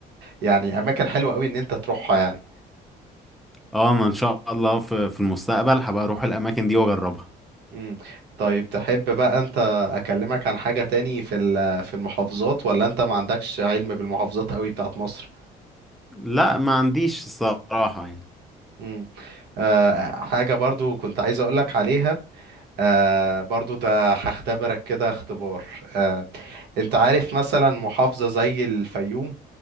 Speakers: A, on the right; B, in the centre.
A: يعني اماكن حلوة قوي ان انت تروحها يعني
B: اه انا ان شاء الله في في المستقبل هبقى اروح الاماكن دي واجربها
A: مم. طيب تحب بقى انت اكلمك عن حاجة تاني في ال- في المحافظات ولا انت ما عندكش علم بالمحافظات قوي بتاعت مصر
B: لا ما عنديش الصراحه يعني
A: مم. آه حاجة برضو كنت عايز اقولك عليها آه برضو ده هختبرك كده اختبار آه انت عارف مثلا محافظة زي الفيوم